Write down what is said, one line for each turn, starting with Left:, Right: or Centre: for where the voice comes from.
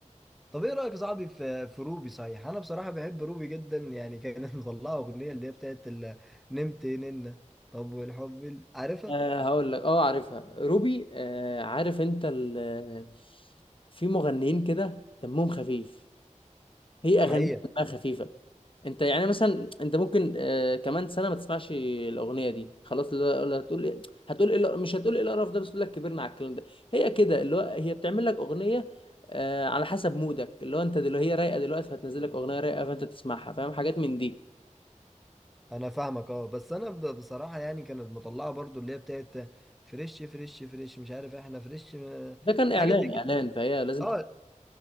Centre: طب ايه رايك يا صاحبي في في روبي صحيح انا بصراحه بحب روبي جدا يعني كانت <laughs> مطلعه اغنيه اللي هي بتاعت ال- نمت ننه طب والحب ال- عارفها
Left: أه هقول لك اه عارفها روبي أه عارف انت ال- في مغنيين كده دمهم خفيف هي اغانيها
Centre: حقيقه
Left: دمها خفيفه انت يعني مثلا انت ممكن آه كمان سنه ما تسمعش الاغنيه دي خلاص لا- لا هتقول ايه هتقول ايه الق- مش هتقول ايه القرف ده بس تقول لك كبرنا على الكلام ده هي كده اللي هو هي بتعمل لك اغنيه آه على حسب مودك اللي هو انت دلوقتي هي رايقه دلوقتي فهتنزل لك اغنيه رايقه فانت تسمعها فاهم حاجات من دي
Centre: انا فاهمك اه بس انا ب- بصراحه يعني كانت مطلعه برضو اللي هي بتاعت فريش فريش فريش مش عارف احنا فريش م-
Left: ده كان اعلان
Centre: حاجه زي كده
Left: اعلان فهي لازم
Centre: اه
Left: تبقى